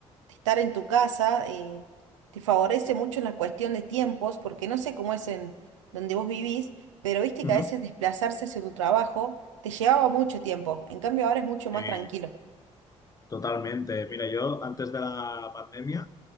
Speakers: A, on the right; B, on the left.
A: de estar en tu casa eh, te favorece mucho en la cuestión de tiempos, porque no sé cómo es en donde vos vivís, pero viste
B: Ujú.
A: que a veces desplazarse hacia tu trabajo te llevaba mucho tiempo. En cambio, ahora es mucho más
B: Sí,
A: tranquilo.
B: Totalmente. Mira, yo antes de la pandemia